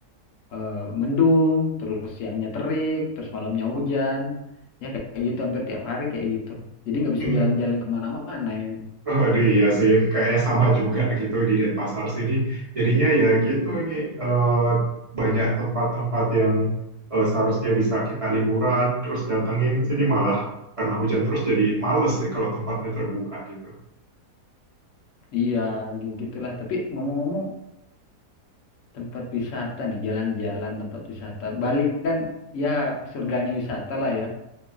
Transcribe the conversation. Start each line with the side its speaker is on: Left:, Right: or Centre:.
Left: eh, mendung, terus siangnya terik, terus malamnya hujan. Ya kayak kayak gitu hampir tiap hari kayak gitu. Jadi nggak bisa
Right: Hmm.
Left: jalan-jalan kemana-mana ini.
Right: Aduh, iya sih, kayaknya sama juga gitu di Denpasar sini. Jadinya ya gitu ini eh, banyak tempat-tempat yang eh, seharusnya bisa kita liburan, terus datengin sini malah karena hujan terus jadi males sih kalau tempatnya terbuka gitu.
Left: Iya, gi- gitulah. Tapi ngomong-ngomong, tempat wisata nih, jalan-jalan tempat wisata. Bali kan ya surganya wisata lah ya.